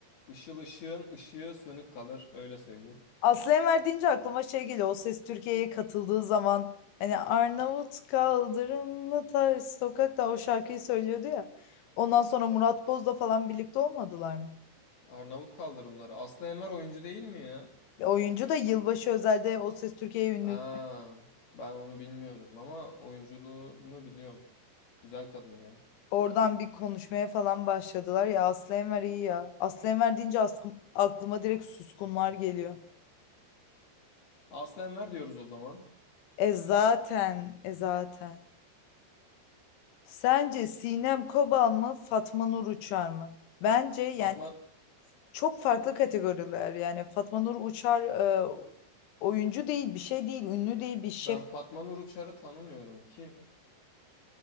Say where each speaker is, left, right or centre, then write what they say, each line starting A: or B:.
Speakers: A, on the left; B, on the left.
A: ışıl ışığın ışığı sönük kalır öyle söyleyeyim.
B: Aslı Enver deyince aklıma şey geliyor. O Ses Türkiye'ye katıldığı zaman hani Arnavut kaldırımlı ters sokakta o şarkıyı söylüyordu ya. Ondan sonra Murat Boz'la falan birlikte olmadılar mı?
A: Arnavut kaldırımları. Aslı Enver oyuncu değil mi ya?
B: Ya oyuncu da yılbaşı özelde O Ses Türkiye'ye ünlü.
A: Ha, ben onu bilmiyorum ama oyunculuğunu biliyorum. Güzel kadın ya.
B: Oradan bir konuşmaya falan başladılar. Ya Aslı Enver iyi ya. Aslı Enver deyince askım- aklıma direkt suskunlar geliyor.
A: Aslı Enver diyoruz o zaman.
B: E zaten, e zaten. Sence Sinem Kobal mı Fatma Nur Uçar mı? Bence yani
A: Fatma
B: çok farklı kategoriler. Yani Fatma Nur Uçar e, oyuncu değil, bir şey değil, ünlü değil, bir şef,
A: ben Fatma Nur Uçar'ı tanımıyorum. Kim?